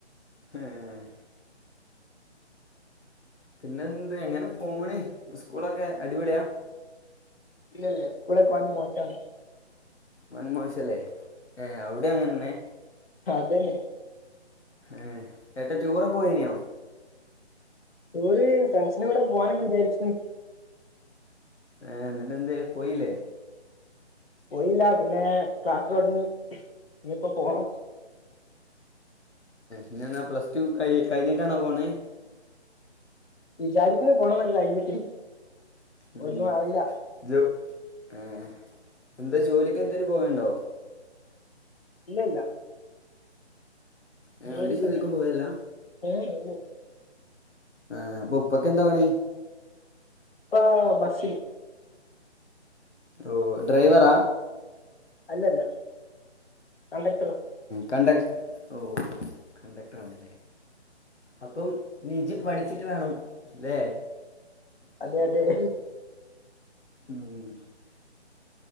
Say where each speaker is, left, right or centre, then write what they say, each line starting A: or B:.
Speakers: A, on the left; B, on the left.
A: ഏഹ് പിന്നെന്ത്‌ എങ്ങനെ പോണ് സ്കൂളൊക്കെ അടിപൊളിയാ
B: ഇല്ല ല്ല സ്കൂളൊക്കെ വൻ മോശാണ്.
A: വൻമോശല്ലേ ഏഹ് അവ്ടീം അങ്ങനെന്നെ
B: അതെന്നെ
A: ഏഹ് ഏട്ടൻ ടൂറൊക്കെ പോയിന്യോ?
B: ടൂറ് ഫ്രണ്ട്സിന്റെ കൂടെ പോവാനൊക്കെ വിചാരിച്ച്ണ്.
A: ഏ ന്ന് ട്ടെന്ത്യേ പോയില്ലെ
B: പോയില്ല പിന്നെ ക്ലാസ് തൊട്ങ്ങി ഇനിയിപ്പോ പോണം
A: ഇഞ്എന്നാ പ്ലസ് റ്റു കയ് കഞ്ഞിട്ടാണോ പോണത്
B: വിചാരിക്ക്ണ് പോണോന്നൊക്കെ കഴിഞ്ഞിട്ട്
A: ഉം
B: ഒന്നും ആവില്ല
A: ജോ ആ എന്തെ ജോലിക്കെന്തേലും പോകലുണ്ടോ?
B: ഇല്ല ഇല്ല
A: ഏ,
B: ജോലിക്കൊന്നും
A: ഒരു ജോലിക്കും പോയല്ല
B: ഏഹ് ഇല്ല
A: ആ സ് അപ്പെ ഉപ്പക്കെന്താ പണി
B: ഉപ്പാ ബസ്സില്
A: ഓ ഡ്രൈവറാ
B: അല്ലല്ല കണ്ടക്ട്ടറ്
A: കണ്ടക് ഓ കണ്ടക്ട്ടറാണ്ലെ അപ്പം നീഞ്ചി പഠിച്ചിട്ട് വേണം ല്ലേ
B: അതെ അതെ ഹ്
A: <inaudible>